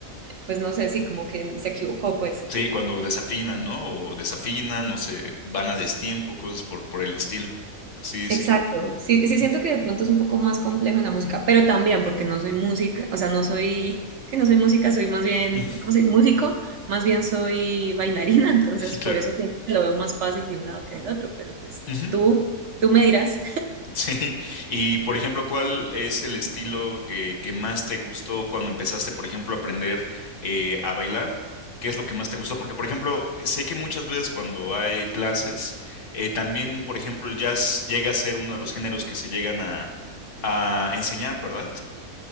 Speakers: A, on the right; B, on the left.
A: pues no sé, sí, como que se equivocó, pues.
B: Sí, cuando desafinan, ¿no? O desafinan, o se van a destiempo, cosas por, por el estilo. Sí,
A: Exacto.
B: sí.
A: Sí, sí
B: ujú,
A: siento que de pronto es un poco más complejo en la música, pero también porque no soy música, o sea, no soy, sí, no soy música, soy más bien,
B: ujú,
A: ¿cómo se dice? Músico, más bien soy bailarina, <laughs> entonces
B: <laughs>
A: por
B: Claro.
A: eso siento que lo veo más fácil de un lado que del otro, pero pues
B: Ujú.
A: tú, tú me dirás.
B: Sí, y por ejemplo, ¿cuál es el estilo eh, que más te gustó cuando empezaste, por ejemplo, a aprender eh, a bailar? ¿Qué es lo que más te gustó? Porque, por ejemplo, sé que muchas veces cuando hay clases, eh, también, por ejemplo, el jazz llega a ser uno de los géneros que se llegan a, a enseñar, ¿verdad?